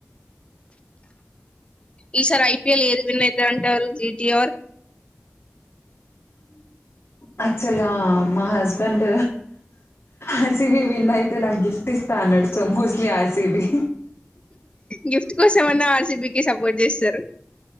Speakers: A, on the left (about 20°); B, on the left (about 50°).
A: ఈసారి ఐపీఎల్ ఏది విన్న ఇద్ద అంటారు జటి
B: యాక్చువల్గా మా హస్బెండ్ ఆర్సిబి విన్ అయితే నాకు గిఫ్ట్ ఇస్తా అన్నడుచో మోస్ట్లీ ఆర్సిబి
A: గిఫ్ట్ కోసమన్నా ఆర్సి బ సపోర్ట్ చేస్తారు